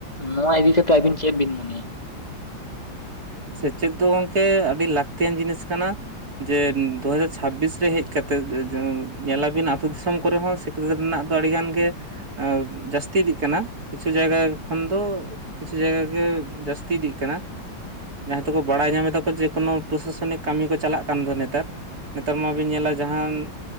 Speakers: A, on the left (about 20°); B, on the right (about 50°).
A: ᱱᱚᱣᱟ ᱤᱫᱤ ᱠᱟᱛᱮ ᱟᱹᱵᱤᱱ ᱪᱮᱫ ᱵᱤᱱ ᱢᱚᱱᱮᱭᱟ
B: ᱥᱮᱪᱮᱫ ᱫᱚ ᱜᱚᱝᱠᱮ ᱟᱹᱰᱤ ᱞᱟᱹᱠᱛᱤᱭᱟᱱ ᱡᱤᱱᱤᱥ ᱠᱟᱱᱟ ᱡᱮ ᱫᱩᱦᱟᱡᱟᱨ ᱪᱷᱟᱵᱵᱤᱥ ᱨᱮ ᱦᱮᱡ ᱠᱟᱛᱮᱫ ᱧᱮᱞ ᱟᱵᱤᱱ ᱟᱹᱛᱩ ᱫᱤᱥᱚᱢ ᱠᱚᱨᱮ ᱦᱚᱸ ᱥᱤᱠᱷᱱᱟᱹᱛ ᱨᱮᱱᱟᱜ ᱫᱚ ᱟᱹᱰᱤ ᱜᱟᱱ ᱜᱮ ᱡᱟᱹᱥᱛᱤ ᱤᱫᱤᱜ ᱠᱟᱱᱟ ᱠᱤᱪᱷᱩ ᱡᱟᱭᱜᱟ ᱠᱷᱚᱱ ᱫᱚ ᱠᱤᱪᱷᱩ ᱡᱟᱭᱜᱟ ᱜᱮ ᱡᱟᱹᱥᱛᱤ ᱤᱫᱤᱜ ᱠᱟᱱᱟ ᱡᱟᱦᱟᱸᱭ ᱫᱚᱠᱚ ᱵᱟᱲᱟᱭ ᱧᱟᱢ ᱫᱟᱠᱚ ᱡᱮ ᱠᱳᱱᱳ ᱯᱨᱚᱥᱟᱥᱚᱱᱤᱠ ᱠᱟᱹᱢᱤ ᱠᱚ ᱪᱟᱞᱟᱜ ᱠᱟᱱ ᱫᱚ ᱱᱮᱛᱟᱨ ᱱᱮᱛᱟᱨ ᱢᱟᱵᱤᱱ ᱧᱮᱞᱟ ᱡᱟᱦᱟᱱ